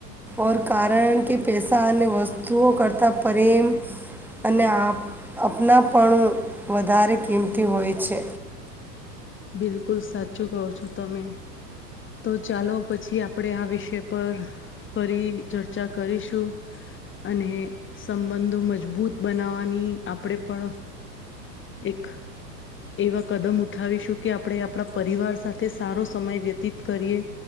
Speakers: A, in the centre; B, on the left.
A: ઓર કારણ કે પેસા અને વસ્તુઓ કરતા પ્રેમ અને અનાપણ વધારે કિંમતી હોય છે
B: બિલકુલ સાચું કહો છો તમે તો ચાલો પછી આપણે આ વિષય પર ફરી ચર્ચા કરીશું અને સંબંધો મજબૂત બનાવવાની આપણે પણ એક એવા કદમ ઉઠાવીશું કે આપણે આપણા પરિવાર સાથે સારો સમય વ્યતીત કરીએ